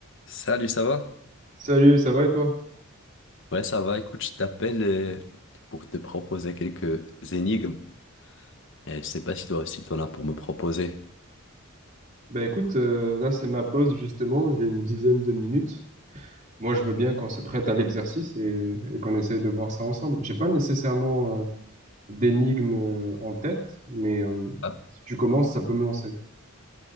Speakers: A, on the left; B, on the right.
A: Salut, ça va?
B: Salut, ça va et toi?
A: Ouais, ça va. Écoute, je t'appelle euh, pour te proposer quelques énigmes. Et je sais pas si toi aussi t'en as pour me proposer.
B: Ben écoute, euh, là c'est ma pause justement, j'ai une dizaine de minutes. Moi je veux bien qu'on se prête à l'exercice et, et qu'on essaie de voir ça ensemble. J'ai pas nécessairement euh, d'énigme euh, en tête, mais euh,
A: Ah,
B: si tu commences, ça peut me lancer.